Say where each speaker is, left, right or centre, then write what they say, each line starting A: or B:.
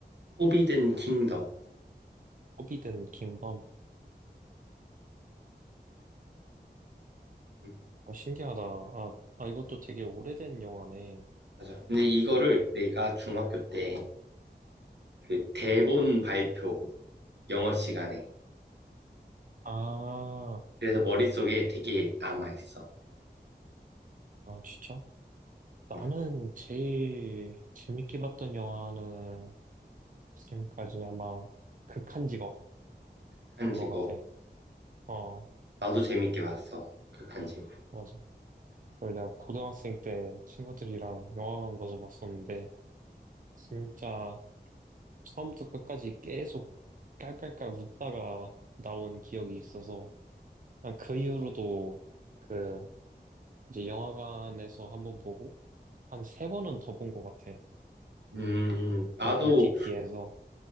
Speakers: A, on the right (about 80°); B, on the right (about 50°).
A: 포비든 킹덤.
B: 호비든 킹덤.
A: 음,
B: 아, 신기하다. 아, 아, 이것도 되게 오래된 영화네.
A: 맞아. 근데 이거를 내가 중학교 때 그 대본
B: 어,
A: 발표 영어 시간에
B: 아,
A: 그래서 머릿속에 되게 남아있어.
B: 아, 진짜? 나는
A: 어,
B: 제일 재밌게 봤던 영화는 지금까지 아마 극한 직업인
A: 극한직업.
B: 것 같아. 어.
A: 나도 재밌게 봤어. 극한직업.
B: 맞아. 그걸 내가 고등학생 때 친구들이랑 영화관 가서 봤었는데, 진짜 처음부터 끝까지 계속 깔깔깔 웃다가 나온 기억이 있어서, 아, 그 이후로도 그 이제 영화관에서 한번 보고, 한 세 번은 더 본 것 같아.
A: 음, 나도
B: 그 OTT에서.